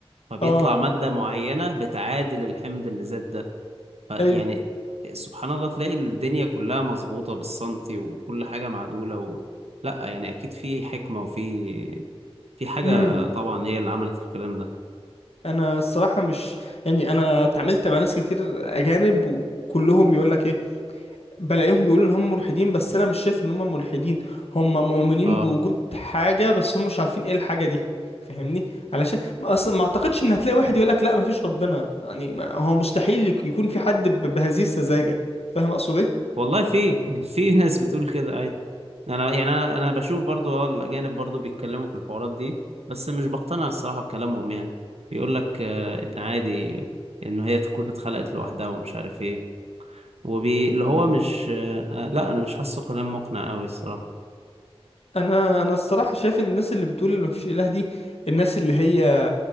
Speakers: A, on the right (about 75°); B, on the left (about 75°).
A: فبيطلع
B: اه
A: مادة معينة بتعادل الحمض اللي زاد ده فيعني
B: ايوه
A: سبحان الله تلاقي الدنيا كلها مظبوطة بالسنتي وكل حاجة معدولة و... لا يعني أكيد في حكمة وفي في حاجة
B: امم
A: طبعا هي اللي عملت الكلام ده
B: انا الصراحه مش يعني انا اتعاملت مع ناس كتير اجانب وكلهم بيقول لك ايه بلاقيهم بيقولوا ان هم ملحدين بس انا مش شايف ان هم ملحدين هم مؤمنين
A: اه
B: بوجود حاجه بس هم مش عارفين ايه الحاجه دي فاهمني علشان ما اصلا ما اعتقدش ان هتلاقي واحد يقول لك لا مفيش ربنا يعني ما هو مستحيل يك- يكون في حد ب- بهذه السذاجه فاهم اقصد ايه
A: والله في <laughs> في ناس بتقول كده عادي أنا يعني أنا أنا بشوف برضو اه الأجانب برضو بيتكلموا في الحوارات دي بس مش بقتنع الصراحة بكلامهم يعني بيقول لك آه، إن عادي إن هي تكون اتخلقت لوحدها ومش عارف إيه وبي... اللي هو
B: مم.
A: مش آه، آه، لا أنا مش حاسه كلام مقنع أوي الصراحة
B: انا انا الصراحه شايف ان الناس اللي بتقول ما فيش اله دي الناس اللي هي